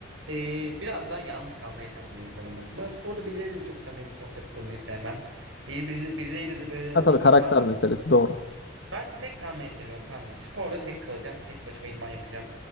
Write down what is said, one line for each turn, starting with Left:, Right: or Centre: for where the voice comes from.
Right: e, biraz daha yalnız kalmayı seven bir insanım bence. Ben sporda birileriyle de çok samimi sohbet kurmayı sevmem. Birbiriyle, birileriyle de böyle
Left: Ha
Right: hani
Left: tabii
Right: idman
Left: karakter
Right: çok
Left: meselesi doğru.
Right: Ben tek kalmayı seviyorum kanka. Sporda tek kalacağım. Tek başıma idman yapacağım.